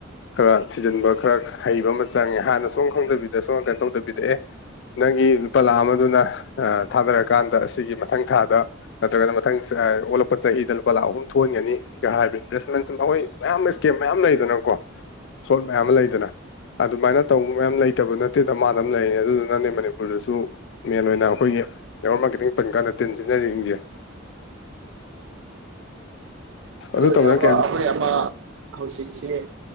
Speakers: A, on the left; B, on the right.
A: ꯈꯔ ꯊꯤꯖꯤꯟꯕ ꯈꯔ ꯍꯩꯕ ꯑꯃ ꯆꯪꯉꯦ ꯍꯥꯟꯅ ꯁꯨꯡ‌ꯈꯪ ꯈꯪꯗꯕꯤꯗ ꯁꯨꯡ ꯀꯩꯝ ꯇꯧꯗꯕꯤꯗ ꯑꯦ ꯅꯪꯒꯤ ꯂꯨꯄꯥ ꯂꯥꯛ ꯑꯃꯗꯨꯅ ꯑꯥ ꯊꯥꯗꯔꯀꯥꯟꯗ ꯁꯤꯒꯤ ꯃꯊꯪ ꯊꯥꯗ ꯅꯠꯇ꯭ꯔꯒꯅ ꯃꯊꯪ ꯆꯥ ꯑꯣꯜꯂꯛꯄ ꯆꯍꯤꯗ ꯂꯨꯄꯥ ꯂꯥꯛ ꯑꯍꯨꯝ ꯊꯣꯛꯍꯟꯒꯅꯤ ꯀ ꯍꯥꯏꯕ ꯏꯟꯚꯦꯁꯃꯦꯟ ꯃꯈꯣꯏ ꯃꯌꯥꯝ ꯏꯁꯀꯦꯝ ꯃꯌꯥꯝ ꯂꯩꯗꯅꯀꯣ ꯁꯣꯜ ꯃꯌꯥꯝ ꯑꯃ ꯂꯩꯗꯅ ꯑꯗꯨꯃꯥꯏꯅ ꯇꯧꯕ ꯃꯌꯥꯝ ꯂꯩꯇꯕ ꯅꯠꯇꯦꯗ ꯗꯃꯥꯗꯝ ꯂꯩꯔꯤꯅꯤ ꯑꯗꯨꯗꯨꯅꯅꯦ ꯃꯅꯤꯄꯨꯔꯗꯁꯨ ꯃꯦꯟ ꯑꯣꯏꯅ ꯑꯩꯈꯣꯏꯒꯤ <unintelligible> ꯈꯤꯇꯪ ꯄꯟ ꯀꯥꯟꯗ ꯇꯤꯟ ꯁꯤꯠꯅꯔꯤꯁꯤꯡꯁꯦ
B: ꯑꯗ‌ꯣ
A: ꯑꯗꯨ ꯇꯧꯗꯅ
B: ꯏꯌꯥꯝꯕ
A: ꯀꯌꯥ
B: ꯑꯩꯈꯣꯏ ꯑꯃ ꯍꯧꯖꯤꯛꯁ‌ꯦ